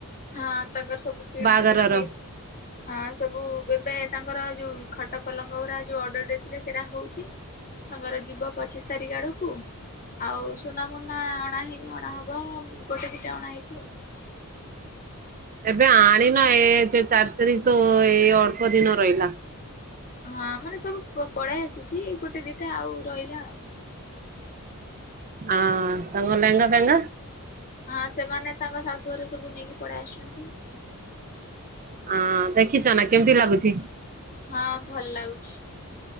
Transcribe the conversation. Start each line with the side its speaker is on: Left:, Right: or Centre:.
Left: ହଁ ତାଙ୍କର ସବୁ କିଣା
Right: ବାହାଘରର?
Left: କିିଣି ହେ ହଁ ସବୁ ଏବେ ତାଙ୍କର ଯୋଉ ଖଟ ପଲଙ୍କ ଉରା ଯୋଉ ଅର୍ଡର ଦେଉଥିଲେ ସେରା ହଉଚି। ତାଙ୍କର ଯିବ ପଚିଶି ତାରିଖ ଆଡକୁ ଆଉ ସୁନା ମୁୁନା ଅଣା ହେଇନି ଅଣାହବ ଗୋଟେ ଦିଟା ଅଣା ହେଇଛି ଆଉ।
Right: ଏବେ ଆଣିନ ଏ ଚାରି ତାରିଖ ତ ଏଇ ଅଳ୍ପ ଦିନ ରହିଲା।
Left: ହଁ ମାନେ ସବୁ ପଳେଇ ଆସିଛି ଗୋଟେ ଦିଟା ଆଉ ରହିଲା ଆଉ।
Right: ହଁ ତାଙ୍କ ଲେହେଙ୍ଗା ଫେହେଙ୍ଗା
Left: ହଁ ସେମାନେ ତାଙ୍କ ଶାଶୁ ଘରେ ସବୁ ନେଇକି ପଳେଇ ଆସିଛନ୍ତି।
Right: ଆଁ ଦେଖିଛ ନା କେମିତି ଲାଗୁଛି?
Left: ହଁ ଭଲ ଲାଗୁଛି।